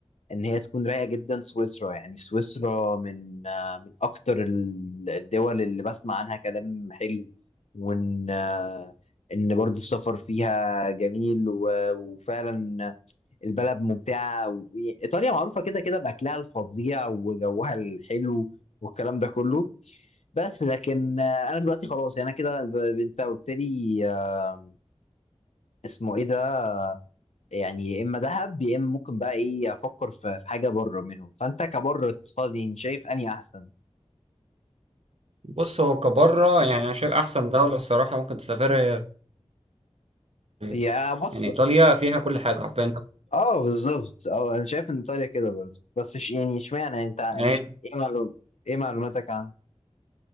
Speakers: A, on the left; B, on the right.
A: ان هي تكون رايقه جدا سويسرا يعني سويسرا من آه، من اكتر ال- الدول اللي بسمع عنها كلام حلو وان آه، ان برضو السفر فيها جميل و- وفعلا البلد ممتعه و- ايطاليا معروفه كده كده باكلها الفظيع وجوها الحلو والكلام ده كله بس لكن آه، انا دلوقتي خلاص يعني انا كده ب- انت قلت لي آه، اسمه ايه ده يعني يا اما دهب يا اما ممكن بقى ايه افكر في في حاجه بره منهم فانت كبره اقتصادي يعني شايف اني احسن
B: بص هو كبره يعني انا شايف احسن دوله الصراحه ممكن تسافرها هي إيطاليا.
A: يا بص
B: يعني ايطاليا فيها كل حاجه حرفيا
A: اه بالظبط اه انا شايف ان ايطاليا كده برضه بس ش... يعني اشمعنى انت ع-
B: يعني
A: ايه معلوم ايه معلوماتك عنه